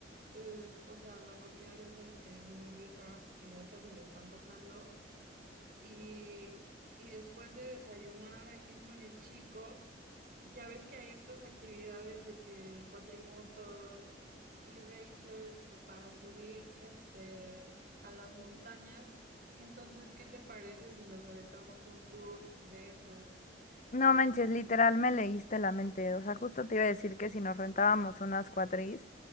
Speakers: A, on the right; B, on the left.
A: el, o sea, la comida ya sabes que es muy rica, que ya hasta se me está antojando. Y, y después de desayunar ahí mismo en el chico. Ya ves que hay estas actividades de que cuatrimotos y racers para subir este a las montañas. Entonces, ¿qué te parece si nos aventamos un tour de esos?
B: No manches, literal me leíste la mente. O sea, justo te iba a decir que si nos rentábamos unas cuatris,